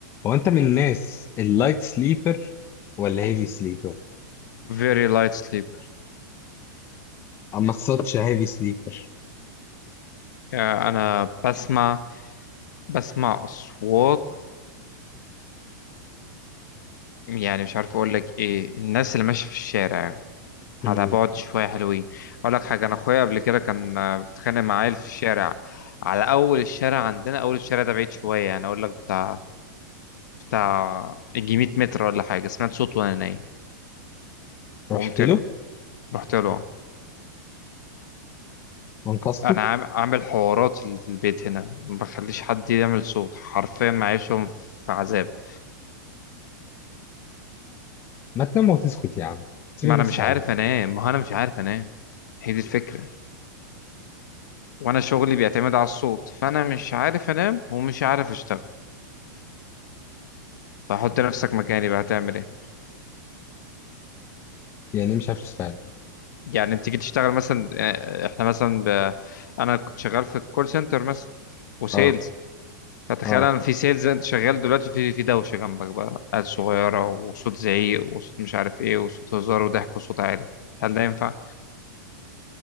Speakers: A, on the left; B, on the left.
A: هو انت من الناس اللايت سليبر ولا هيفي سليبر
B: very light sleep
A: اما تصدش هيفي سليبر
B: آه، انا بسمع بسمع اصوات يعني مش عارف اقول لك ايه الناس اللي ماشيه في الشارع على
A: مم.
B: بعد شويه حلوين اقول لك حاجه انا اخويا قبل كده كان آه، بيتخانق مع عيل في الشارع على اول الشارع عندنا اول الشارع ده بعيد شويه يعني اقول لك بتاع بتاع يجي 100 متر ولا حاجه سمعت صوت وانا نايم
A: رحت
B: وقمت
A: له
B: له رحت له
A: وانقذته
B: انا عام- عامل حوارات في البيت هنا ما بخليش حد يعمل صوت حرفيا معيشهم في عذاب
A: ما تنام وتسكت يا عم سيب
B: ما
A: الناس
B: انا مش
A: في
B: عارف
A: حالها
B: انام ما هو انا مش عارف انام هي دي الفكره وانا شغلي بيعتمد على الصوت فانا مش عارف انام ومش عارف اشتغل فحط نفسك مكاني بقى هتعمل ايه
A: يعني إيه مش عارف تشتغل
B: يعني انت تيجي تشتغل مثلا آه، احنا مثلا ب... انا كنت شغال في الكول سنتر مثلا وسيلز
A: اه
B: فتخيل
A: اه
B: انا في سيلز انت شغال دلوقتي في في دوشه جنبك بقى عيال صغيره وصوت زعيق وصوت مش عارف ايه وصوت هزار وضحك وصوت عالي هل ده ينفع؟